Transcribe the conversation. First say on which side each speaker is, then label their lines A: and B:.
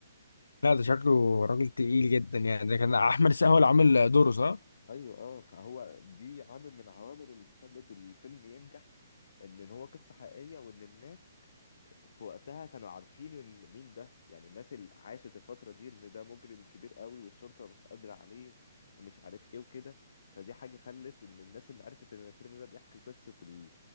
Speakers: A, on the left (about 70°); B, on the left (about 55°).
A: لا ده شكله راجل تقيل جدا يعني ده كان احمد السقا هو اللي عامل دوره صح؟
B: ايوه اه فهو دي عامل من عوامل اللي خلت الفيلم ينجح ان هو قصه حقيقيه وان الناس في وقتها كانوا عارفين ان مين ده يعني الناس اللي عاشت الفترة دي ان ده مجرم كبير قوي والشرطة مش قادرة عليه ومش عارف ايه وكده فدي حاجة خلت ان الناس اللي عرفت ان الفيلم ده بيحكي قصة ال-